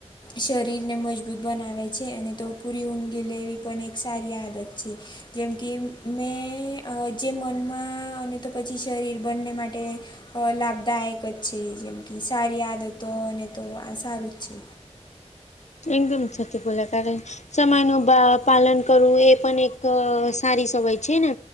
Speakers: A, on the left; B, on the left.
A: શરીરને મજબૂત બનાવે છે અને તો પૂરી ઊ ગિલેવી પણ એક સારી આદત છે. જેમ કે મેં જે મનમાં અને તો પછી શરીર બંને માટે અ લાભદાયક જ છે. જેમ કે, સારી આદતો અને તો આ સારું જ છે.
B: એકદમ છતી બોલા કરે. સમય નું બા પાલન કરવું એ પણ એક સારી સમય છે ને.